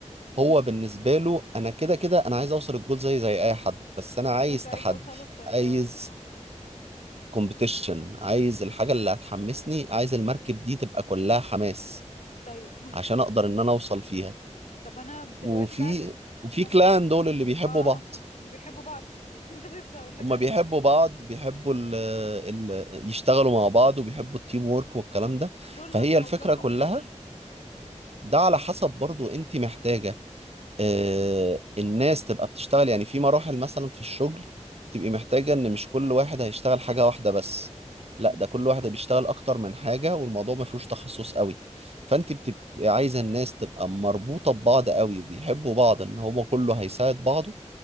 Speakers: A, on the left (about 75°); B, on the right (about 55°).
A: مم.
B: هو بالنسبة له أنا كده كده أنا عايز أوصل الجول زي زي أي حد بس أنا عايز
A: بس عايزه
B: تحدي
A: اوصله بطريقه
B: عايز
A: اه
B: كومبيتيشن عايز الحاجة اللي هتحمسني عايز المركب دي تبقى كلها حماس
A: طيب
B: عشان أقدر إن أنا أوصل فيها
A: <laughs> طب انا دلوقتي
B: وفي
A: بعد م-
B: وفي
A: ما
B: كلان
A: انت
B: دول اللي بيحبوا
A: اه
B: بعض
A: اللي بيحبوا بعض <laughs> كنت لسه هقول لك
B: هما
A: عليهم
B: بيحبوا بعض بيحبوا ال ال يشتغلوا مع بعض وبيحبوا التيم وورك والكلام ده
A: دول
B: فهي
A: بقى بنوظفهم
B: الفكرة كلها
A: في ايه
B: ده على حسب برضو انت محتاجة آه، الناس تبقى بتشتغل يعني في مراحل مثلا في الشغل بتبقي محتاجة ان مش كل واحد هيشتغل حاجة واحدة بس لا
A: امم
B: ده كل واحد بيشتغل اكتر من حاجة والموضوع ما فيهوش تخصص قوي فانت بتبقي عايزة الناس تبقى مربوطة ببعض قوي وبيحبوا بعض ان هو كله هيساعد بعضه